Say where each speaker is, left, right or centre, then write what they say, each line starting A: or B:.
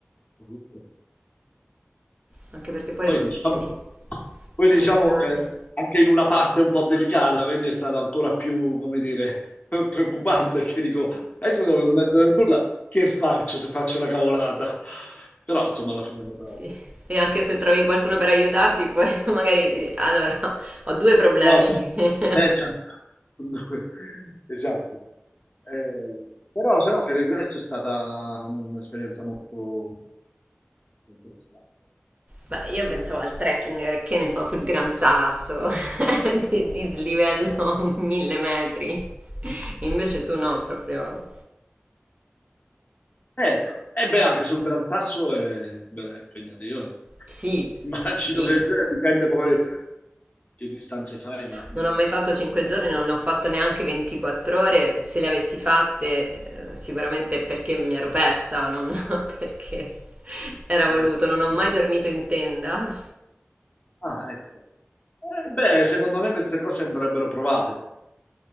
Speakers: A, on the left; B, on the right.
A: brutto.
B: anche perché poi
A: Poi
B: le condizioni
A: diciamo, poi
B: sanitarie,
A: diciamo eh, anche in una parte un po' delicata, quindi è stato ancora più, come dire, <laughs> preoccupante che dico, eh, scusa, sono in mezzo nel nulla, che faccio se faccio una cavolata? Però insomma alla fine è andata...
B: sì. E anche se trovi qualcuno per aiutarti, poi <laughs> magari... Allora, ho due problemi.
A: No, beh,
B: <laughs>
A: eh, certo. Dunque, esatto. Eh, però se no, per il resto è stata un'esperienza molto interessante.
B: Beh, io pensavo al trekking, eh, che ne so, sul Gran Sasso, <laughs> di dislivello mille metri. Invece tu no, proprio.
A: Eh, sta- eh, beh, anche sul Gran Sasso è, beh, è impegnativo. eh.
B: Sì,
A: Immagino
B: sì.
A: che <laughs> eh, dipende poi che distanze fai, ma
B: Non
A: eh,
B: ho mai fatto 5
A: è abbastanza...
B: giorni, non ne ho fatto neanche 24 ore. Se le avessi fatte, eh, sicuramente è perché mi ero persa, non <laughs> perché era voluto.
A: eh,
B: Non ho mai dormito in tenda.
A: ah, ecco. Eh, beh, secondo me queste cose andrebbero provate.